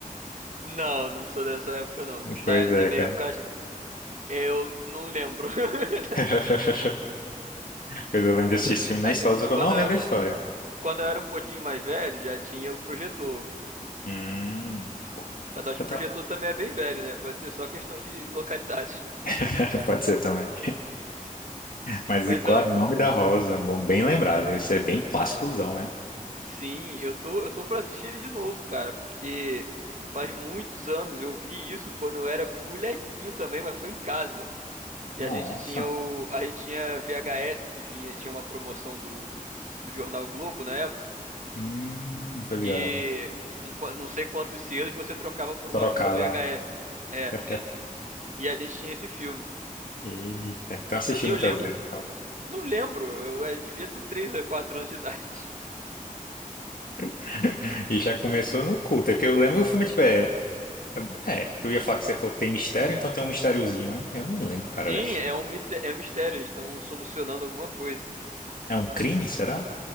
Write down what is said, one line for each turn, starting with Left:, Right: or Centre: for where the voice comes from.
Right: Não, não sou dessa época, não.
Left: <laughs>
Right: Na,
Left: Pois é,
Right: na minha
Left: cara.
Right: época, eu não lembro. <laughs>
Left: <laughs> Pois eu lembro de assistir esse filme na
Right: Assim,
Left: escola, só que
Right: quando
Left: eu não lembro
Right: eu,
Left: a história.
Right: quando eu era um pouquinho mais velho, já tinha o projetor.
Left: Hum.
Right: Mas acho
Left: Já
Right: que o
Left: tá-
Right: projetor também é bem velho, né? Pode ser só questão de localidade. <laughs>
Left: <laughs> Pode ser também. Mas
Right: Então,
Left: e qual era o nome da rosa? Bom, bem lembrado. Esse é bem clássicozão, né?
Right: sim, eu tô, eu tô pra assistir ele de novo, cara, porque faz muitos anos eu vi isso quando eu era molequinho também, mas foi em casa. Que
Left: Nossa.
Right: a gente tinha o, a gente tinha VHS que vinha, tinha uma promoção do, do Jornal Globo na época,
Left: Hum, tô ligado.
Right: que com qua- não sei quantos selos você trocava por
Left: Trocava,
Right: uma fita VHS.
Left: né?
Right: É,
Left: <laughs>
Right: e a gente tinha esse filme.
Left: Eita, então assisti
Right: Eu
Left: muitas
Right: lembro,
Left: vezes. Então.
Right: Não lembro, eu, eu devia ter 3 ou 4 anos de idade. <laughs>
Left: <laughs> E já começou no culto. É porque eu lembro que o filme, tipo, é. É, é, que eu ia falar que você falou que tem mistério, então tem um mistériozinho, né? Eu não lembro, cara,
Right: Sim,
Left: da história.
Right: é um, mite- é um mistério, eles estão solucionando alguma coisa.
Left: É um crime, será?